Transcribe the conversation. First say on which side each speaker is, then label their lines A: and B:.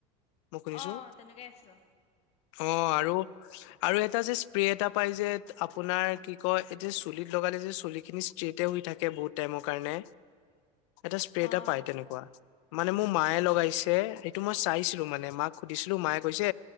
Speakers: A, on the left; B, on the left.
A: মোক শুনিছো।
B: অ তেনেকে আছিলো
A: অ আৰু আৰু এটা যে স্প্ৰে এটা পাই যে আপোনাৰ কি কয়, এই <unintelligible> চুলিত লগালে যে চুলি খিনি ষ্ট্ৰেট এ হৈ থাকে বহুত টাইমৰ কাৰণে। এটা স্প্ৰে
B: অ
A: এটা পায় তেনেকুৱা। মানে মোৰ মায়ে লগাইছে। এইটো মই চাইছিলো মানে, মাক সুধিছিলো মায়ে কৈছে।